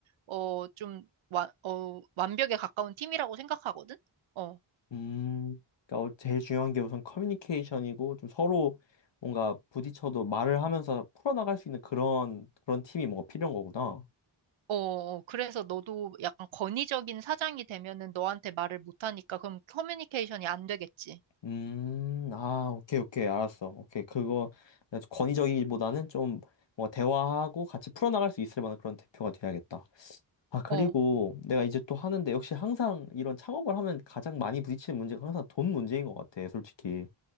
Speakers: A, on the right (about 80°); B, on the left (about 65°).
A: 어, 좀, 와, 어, 완벽에 가까운 팀이라고 생각하거든? 어.
B: 음, 그러니까 어, 제일 중요한 게 우선 커뮤니케이션이고 좀 서로 뭔가 부딪혀도 말을 하면서 풀어나갈 수 있는 그런 그런 팀이 뭔가 필요한 거구나.
A: 어, 어, 그래서 너도 약간 권위적인 사장이 되면은 너한테 말을 못하니까 그럼 커뮤니케이션이 안 되겠지.
B: 음, 아, 오케이, 오케이, 알았어. 오케이, 그거 권위적이기보다는 좀 뭐 대화하고 같이 풀어나갈 수 있을 만한 그런 대표가 돼야겠다. 아, 그리고
A: 어.
B: 내가 이제 또 하는데 역시 항상 이런 창업을 하면 가장 많이 부딪히는 문제가 항상 돈 문제인 것 같아, 솔직히.